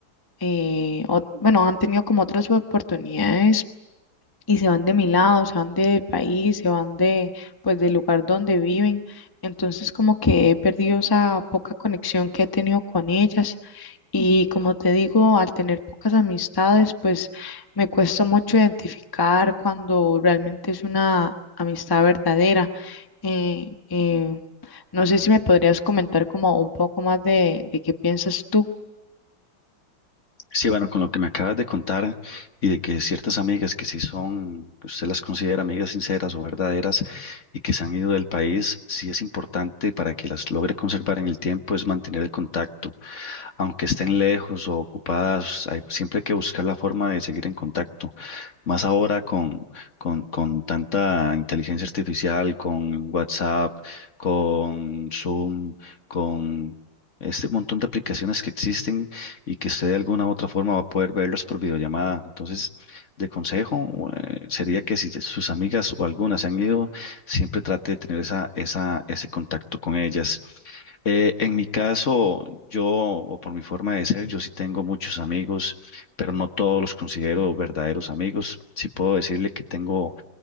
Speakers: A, on the left; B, on the left.
A: eh, ot- bueno, han tenido como otras oportunidades y se van de mi lado, se van del país, se van de, pues, del lugar donde viven. Entonces como que he perdido esa poca conexión que he tenido con ellas y como te digo, al tener pocas amistades, pues me cuesta mucho identificar cuando realmente es una amistad verdadera eh, eh, no sé si me podrías comentar como un poco más de, de qué piensas tú.
B: Sí, bueno, con lo que me acabas de contar y de que ciertas amigas que sí son, que usted las considera amigas sinceras o verdaderas y que se han ido del país, sí es importante para que las logre conservar en el tiempo es mantener el contacto. Aunque estén lejos o ocupadas, hay, siempre hay que buscar la forma de seguir en contacto. Más ahora con, con, con tanta inteligencia artificial, con WhatsApp, con Zoom, con este montón de aplicaciones que existen y que usted de alguna u otra forma va a poder verlos por videollamada. Entonces, de consejo, eh, sería que si sus amigas o algunas se han ido, siempre trate de tener esa, esa, ese contacto con ellas. Eh, en mi caso, yo, o por mi forma de ser, yo sí tengo muchos amigos, pero no todos los considero verdaderos amigos. Sí puedo decirle que tengo